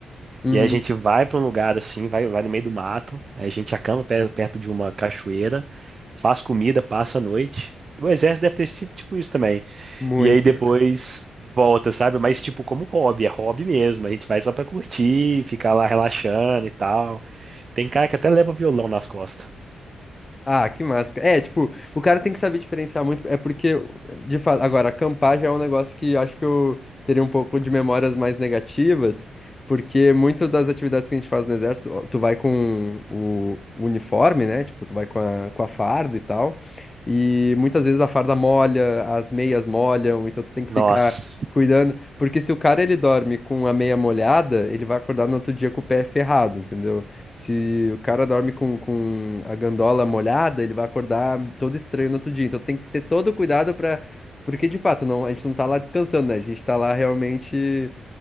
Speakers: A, on the left; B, on the right.
A: Uhum,
B: E aí a gente vai para um lugar assim, vai, vai no meio do mato, aí a gente acampa pe- perto de uma cachoeira, faz comida, passa a noite. O exército deve ter esse tipo, tipo isso também.
A: muito.
B: E aí depois volta, sabe? Mas tipo como hobby, é hobby mesmo. A gente vai só pra curtir, ficar lá relaxando e tal. Tem cara que até leva violão nas costas.
A: Ah, que máscara. É, tipo, o cara tem que saber diferenciar muito. É porque, de fato, agora, acampar já é um negócio que acho que eu teria um pouco de memórias mais negativas, porque muito das atividades que a gente faz no exército, ó, tu vai com o uniforme, né? Tipo, tu vai com a, com a farda e tal. E muitas vezes a farda molha, as meias molham, então tu tem que
B: Nossa,
A: ficar cuidando. Porque se o cara ele dorme com a meia molhada, ele vai acordar no outro dia com o pé ferrado, entendeu? Se o cara dorme com, com a gandola molhada, ele vai acordar todo estranho no outro dia. Então tem que ter todo o cuidado para. Porque de fato, não, a gente não tá lá descansando, né? A gente tá lá realmente.